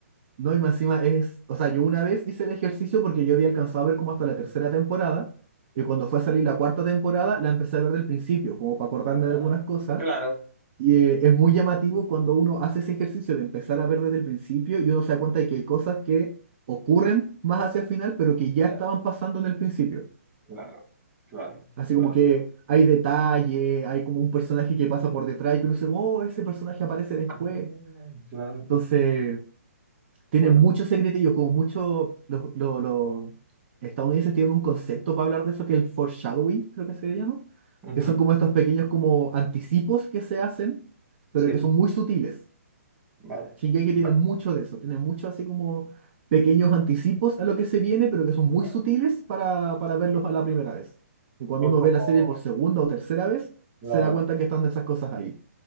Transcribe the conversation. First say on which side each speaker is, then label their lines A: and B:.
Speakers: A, on the right; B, on the right.
A: No, y más encima es. O sea, yo una vez hice el ejercicio porque yo había alcanzado a ver como hasta la tercera temporada. Y cuando fue a salir la cuarta temporada, la empecé a ver del principio, como para acordarme
B: Ah,
A: de algunas cosas.
B: claro,
A: Y eh, es muy llamativo cuando uno hace ese ejercicio de empezar a ver desde el principio y uno se da cuenta de que hay cosas que ocurren más hacia el final, pero que ya
B: ya,
A: estaban pasando en el principio.
B: claro, claro,
A: Así
B: claro.
A: como que hay detalle, hay como un personaje que pasa por detrás y que uno dice, oh, ese personaje aparece después.
B: Mm, claro,
A: Entonces, tiene
B: bueno,
A: muchos secretillos como mucho... Los, los, los estadounidenses tienen un concepto para hablar de eso que es el foreshadowing, creo que se llama,
B: ujú,
A: que son como estos pequeños como anticipos que se hacen, pero
B: sí,
A: que son muy sutiles.
B: vale,
A: Shingeki
B: vale,
A: tiene mucho de eso, tiene mucho así como pequeños anticipos a lo que se viene, pero que son muy
B: vale.
A: sutiles para, para verlos a la primera vez. Y cuando
B: Son
A: uno
B: como,
A: ve la serie por segunda o tercera vez,
B: claro.
A: se da cuenta que están esas cosas ahí.